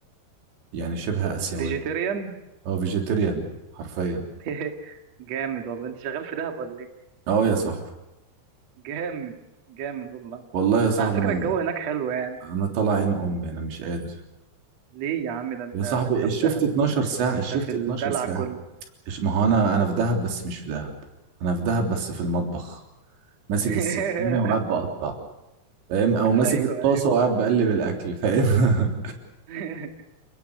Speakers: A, on the right (about 85°); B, on the right (about 45°).
A: يعني شبه اسيوية
B: فيجيتيريان
A: اه فيجيتيريان حرفيا
B: <laughs> جامد والله انت شغال في دهب ولا ايه
A: اه يا صاحبي
B: جامد جامد والله
A: والله يا صاحبي
B: بقى على فكرة
A: انا
B: الجو هناك حلو يعني
A: انا طالع عين امي انا مش قادر
B: ليه يا عم ده انت
A: يا صاحبي
B: ده انت
A: الشفت
B: في دهب
A: 12 ساعة
B: ده انت
A: الشفت
B: في الدلع
A: 12 ساعة
B: كله
A: إيش- ما هو انا انا في دهب بس مش في دهب انا في دهب بس في المطبخ ماسك
B: <laughs>
A: السكينه وقاعد بقطع فاهم او
B: ايوه
A: ماسك الطاسه وقاعد بقلب الاكل فاهم
B: ايوه